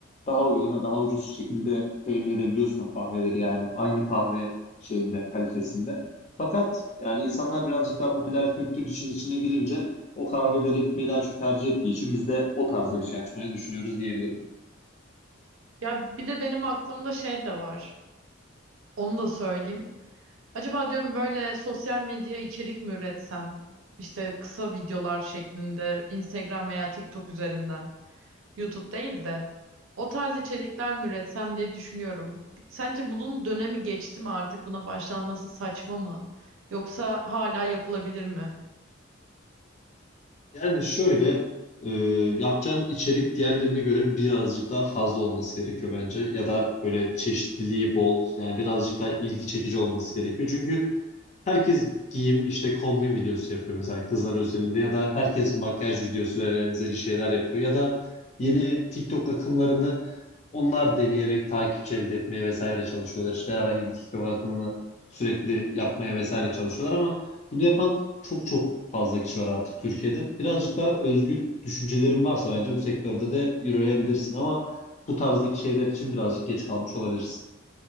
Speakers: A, on the left (about 35°); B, on the right (about 80°).
A: daha uyguna, daha ucuz şekilde temin edebiliyorsun o kahveleri yani. Aynı kahve şeyinde, kalitesinde. Fakat yani insanlar birazcık daha popüler kültür için içine girince o kahvelere gitmeyi daha çok tercih ettiği için biz de o tarzda bir şey açmayı düşünüyoruz diyebilirim.
B: Ya bir de benim aklımda şey de var. Onu da söyleyeyim. Acaba diyorum böyle sosyal medya içerik mi üretsem? İşte kısa videolar şeklinde Instagram veya TikTok üzerinden. YouTube değil de. O tarz içerikler mi üretsem diye düşünüyorum. Sence bunun dönemi geçti mi artık? Buna başlanması saçma mı? Yoksa hala yapılabilir mi?
A: Yani şöyle e, yapacağın içerik diğerlerine göre birazcık daha fazla olması gerekiyor bence. Ya da böyle çeşitliliği bol yani birazcık daha ilgi çekici olması gerekiyor. Çünkü herkes giyim işte kombin videosu yapıyor mesela kızlar özelinde ya da herkes makyaj videosu ve benzeri şeyler yapıyor. Ya da yeni TikTok akımlarını onlar deneyerek takipçi elde etmeye vesaire çalışıyorlar. İşte herhangi bir TikTok akımını sürekli yapmaya vesaire çalışıyorlar ama bunu yapan çok çok fazla kişi var artık Türkiye'de. Birazcık daha özgün düşüncelerin varsa bence bu sektörde de yürüyebilirsin ama bu tarzdaki şeyler için birazcık geç kalmış olabilirsin.